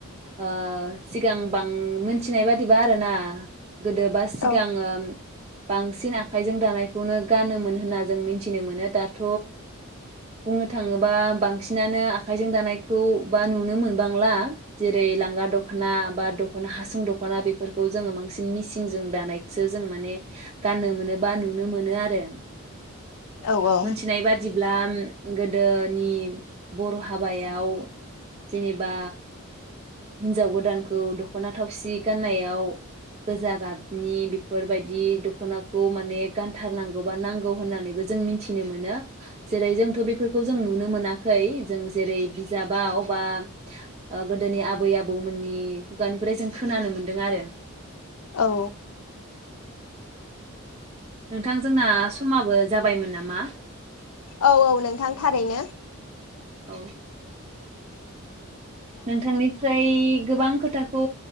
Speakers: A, on the right (about 30°); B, on the left (about 85°).
A: ओ सिगां गोबां मिनथिनाय बादिबा आरोना गोदोबा सिगाङो
B: औ
A: बांसिन आखाइजों दानायखौनो गानोमोन होनना जों मिथिनो मोनो दाथ बुंनो थाङोबा बांसिनानो आखाइजों दानायखौ बा नुनो मोनबांला जेरै लांगा दखना बा द दखना हासुं दखना बेफोरखौ जोङो बांसिन मिसिन जों दानाय सो जों माने गानोम मोन मोनोबा नुनो मोनो आरो।
B: औ औ
A: मोनथिनाय बादि ब्ला गोदोनि बर' हाबायाव जेनेबा हिनजाव गोदानखौ दखना थावसि गाननायाव गोजा गाबनि बेफोरबायदि दखनाखौ माने गानथारनांगौ बा नांगौ होननानैबो जों मिथिनो मोनो जेरै जोंथ बेफोरखौ जों नुनो मोनाखै जों जेरै बिजाबाव बा ओ गोदोनि आबै आबौमोननि खुगानिफ्राय जों खोनानो मोन्दों आरो।
B: औ।
A: नोंथां जोंना समाबो जाबायमोन नाम मा?
B: औ औ नोंथां थारैनो।
A: औ। नोंथांनिफ्राय गोबां खोथ थाखौ